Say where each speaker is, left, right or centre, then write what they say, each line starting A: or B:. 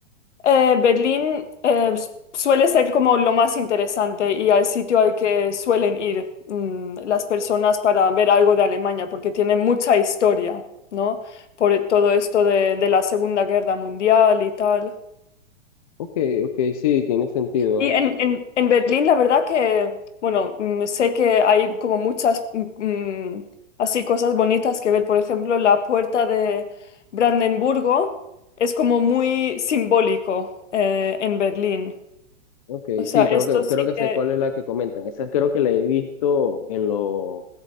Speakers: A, on the left (about 65°); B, on the left (about 30°).
A: eh, Berlín eh, s- suele ser como lo más interesante y al sitio al que suelen ir mm, las personas para ver algo de Alemania, porque tiene mucha historia, ¿no? Por todo esto de de la Segunda Guerra Mundial y tal.
B: Ok, ok, sí, tiene sentido.
A: Y en, en, en Berlín, la verdad que, bueno, mm, sé que hay como muchas mm, mm, así cosas bonitas que ver. Por ejemplo, la puerta de Brandenburgo es como muy simbólico eh, en Berlín.
B: Ok,
A: O sea,
B: sí,
A: esto
B: creo que,
A: sí
B: creo que
A: que...
B: sé cuál es la que comentan. Esa creo que la he visto en los